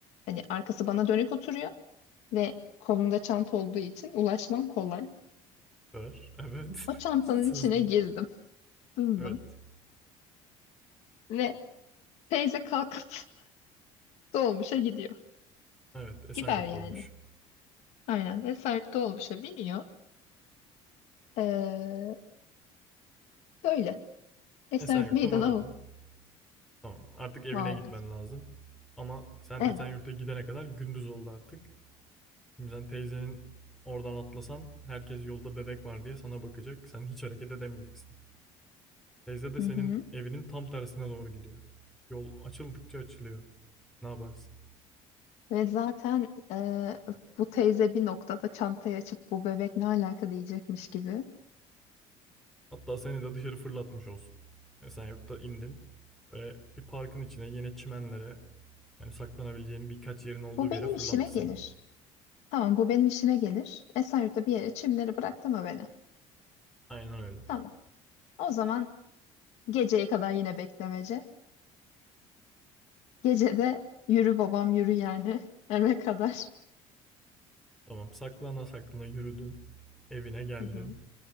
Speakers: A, on the left; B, in the centre.
A: hani arkası bana dönük oturuyor ve kolunda çanta olduğu için ulaşmam kolay.
B: Var. Evet.
A: O çantanın
B: <laughs> Sızdın.
A: içine girdim, sızdım
B: Evet.
A: ve Teyze kalkıp <laughs> dolmuşa gidiyor.
B: Evet. Esenyurt'ta
A: Gider yani.
B: olmuş.
A: Aynen. Esaret dolmuşa biniyor. Ee, böyle. Esaret
B: Esenyurt'ta
A: meydana
B: vardın.
A: o
B: Tamam. Artık evine
A: vardı.
B: gitmen lazım. Ama sen
A: Evet.
B: Esenyurt'a gidene kadar gündüz oldu artık. Şimdi sen teyzenin oradan atlasan herkes yolda bebek var diye sana bakacak. Sen hiç hareket edemeyeceksin. Teyze de senin
A: Hı hı.
B: evinin tam tersine doğru gidiyor. Yol açıldıkça açılıyor. Ne yaparsın?
A: Ve zaten e, bu teyze bir noktada çantayı açıp bu bebek ne alaka diyecekmiş gibi.
B: Hatta seni de dışarı fırlatmış olsun. Yani sen yurtta indin ve bir parkın içine yine çimenlere yani saklanabileceğin birkaç yerin olduğu
A: Bu
B: bir
A: benim
B: yere fırlattı
A: işime gelir.
B: seni.
A: Tamam bu benim işime gelir. Esaret'e bir yere çimleri bıraktı mı beni?
B: Aynen öyle.
A: Tamam. O zaman geceye kadar yine beklemece. Gece de yürü babam yürü yani <laughs> eve kadar.
B: Tamam saklana saklana yürüdün. Evine geldin.
A: Hı